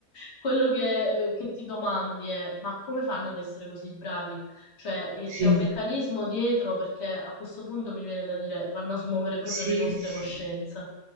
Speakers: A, on the left; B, on the right.
A: quello che, eh, che ti domandi è: ma come fanno ad essere così bravi? Cioè, eh,
B: sì,
A: c'è un meccanismo dietro perché a questo punto mi viene da dire vanno a smuovere proprio
B: sì,
A: le nostre
B: sì.
A: coscienze.